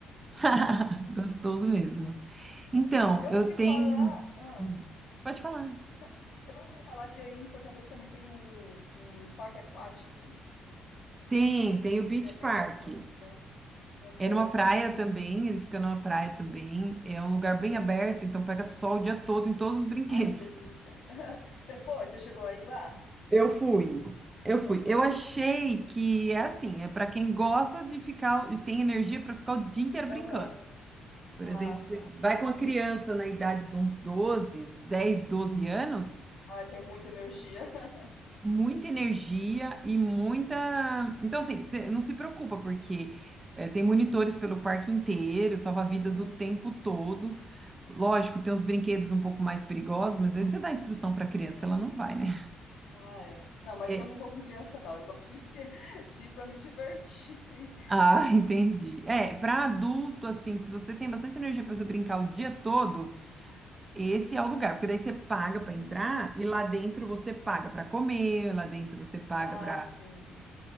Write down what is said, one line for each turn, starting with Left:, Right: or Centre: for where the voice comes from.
Right: <laughs> Gostoso mesmo. Então,
Left: É, eu
Right: eu
Left: ouvi
Right: tenho...
Left: falar, ah,
Right: Hum, Pode falar.
Left: não, eu ouvi falar que aí em Fortaleza também tem um, um parque aquático,
Right: Tem, tem o Beach
Left: que é bem
Right: Park.
Left: famoso, né? Aham.
Right: É numa praia também, ele fica numa praia também. É um lugar bem aberto, então pega sol o dia todo em todos os brinquedos.
Left: Ai, que delícia. <laughs> Você foi? Você chegou aí lá?
Right: <laughs> Eu fui. Eu fui.
Left: Aham,
Right: Eu achei que é assim, é para quem gosta de ficar e tem energia para ficar o dia inteiro brincando.
Left: aham.
Right: Por
Left: Ah,
Right: exemplo, você
Left: tá.
Right: vai com uma criança na idade de uns doze dez 12 anos,
Left: Ai, tem muita energia. <laughs>
Right: muita energia e muita. Então, assim, você não se preocupa, porque eh, tem monitores pelo parque inteiro, salva-vidas
Left: Uhum,
Right: o tempo todo. Lógico, tem uns brinquedos um pouco mais perigosos, mas aí você dá instrução para a criança,
Left: sim.
Right: ela não vai, né?
Left: Ah, é. Não, mas
Right: É.
Left: eu não vou com criança, não. Eu gosto de, <laughs> de ir para me divertir. <laughs>
Right: Ah, <laughs> entendi. É, para adulto, assim, se você tem bastante energia para você brincar o dia todo, esse é o lugar, porque daí você paga para
Left: Uhum.
Right: entrar e lá dentro você paga para comer, lá dentro você paga
Left: Ah,
Right: para
Left: sim.